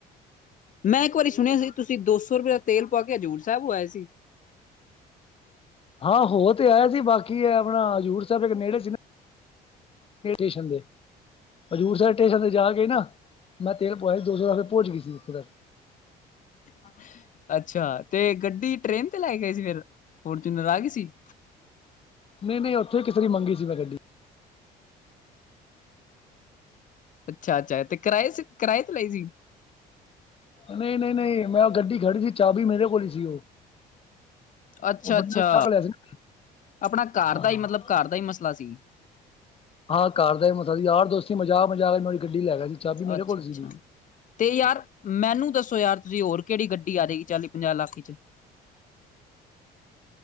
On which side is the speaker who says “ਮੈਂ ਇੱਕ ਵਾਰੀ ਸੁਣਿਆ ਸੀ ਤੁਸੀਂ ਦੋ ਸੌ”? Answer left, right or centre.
Left